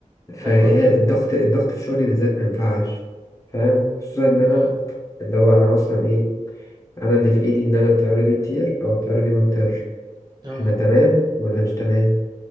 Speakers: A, on the left; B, on the right.
A: فهي
B: ده حوار ده
A: الضغط الضغط في شغلي بالذات ما ينفعش فاهم خصوصا ان انا
B: اه
A: اللي هو انا اصلا ايه انا اللي في ايدي ان انا الطياره دي تطير او الطياره دي ما تطيرش
B: اه
A: احنا تمام ولا مش تمام